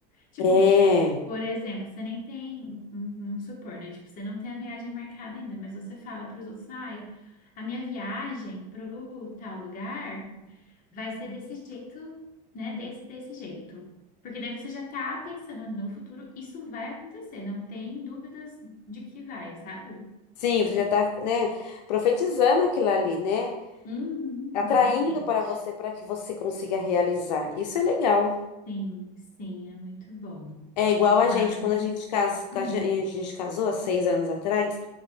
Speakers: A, on the left (about 40°); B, on the left (about 85°).
A: Tipo,
B: é.
A: por exemplo, você nem tem, hum, vamos supor, né? Tipo, você não tem a viagem marcada ainda, mas você fala para os outros, ai, a minha viagem pro tal lugar vai ser desse jeito, né? Desse, desse jeito. Porque daí você já tá pensando no futuro, isso vai acontecer, não tem dúvidas de que vai, sabe?
B: Sim, você já está, né, profetizando aquilo ali, né?
A: Uhum,
B: Atraindo
A: exatamente.
B: para você para que você consiga realizar. Isso é legal.
A: Sim, sim, é muito bom.
B: É igual a
A: Mas,
B: gente, quando a gente, cas...
A: hum,
B: a gente a gente casou há seis anos atrás.